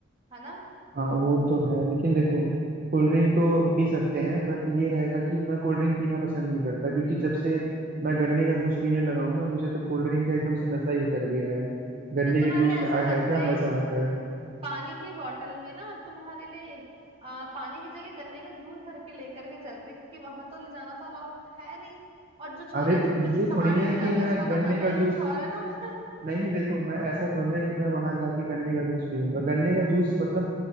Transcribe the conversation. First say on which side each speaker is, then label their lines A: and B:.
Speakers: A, on the right; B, on the right.
A: है ना
B: हाँ वो तो है लेकिन देखो कोल्ड ड्रिंक तो पी सकते हैं बट ये रहेगा कि मैं कोल्ड ड्रिंक पीना पसंद नहीं करता क्योंकि जब से मैं गन्ने का जूस पीने लगा हूँ ना मुझे तो कोल्ड ड्रिंक का एकदम से नशा ही उतर गया है गन्ने
A: तो तुम्हारे
B: के जूस
A: लिए ऐसा
B: में आ
A: करते
B: है क्या
A: हैं
B: मजा आता है
A: पानी की बोतल में ना तुम्हारे लिए आ, पानी की जगह गन्ने का जूस भर के लेकर के चलते हैं, क्योंकि वहां तो ले जाना तो अलाउड है नहीं और जो छोरी
B: अरे तो ये
A: पे सामान
B: थोड़ी ना
A: लेके
B: है कि
A: जाते
B: मैं
A: हैं उसका तो
B: गन्ने
A: मजा
B: का
A: ही कुछ
B: जूस
A: और है ना <laughs>
B: नहीं नहीं देखो मैं ऐसा थोड़ी ना है कि मैं वहां जाके गन्ने का जूस पीऊंगा गन्ने का जूस मतलब